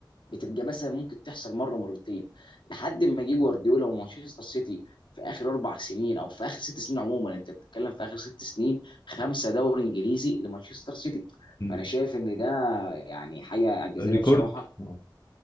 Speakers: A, on the left; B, on the left.
A: بتبقى مثلا ممكن تحصل مره مرتين لحد ما يجي جوارديولا ومانشستر سيتي في اخر اربع سنين او في اخر ست سنين عموما انت بتتكلم في اخر ست سنين خمسه دوري انجليزي لمانشستر سيتي
B: مم.
A: فانا شايف ان ده يعني حاجه اعجازيه
B: ريكورد
A: بصراحه
B: آه.